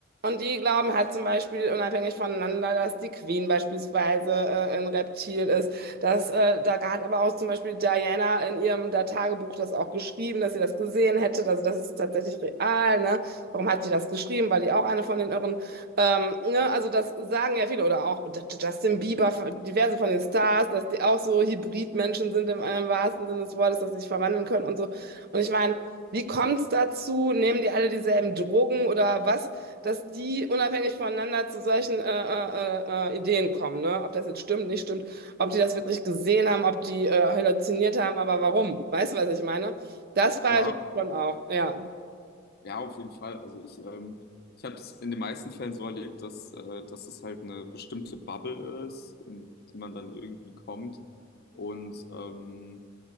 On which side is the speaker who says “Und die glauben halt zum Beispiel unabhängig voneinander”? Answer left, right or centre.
Right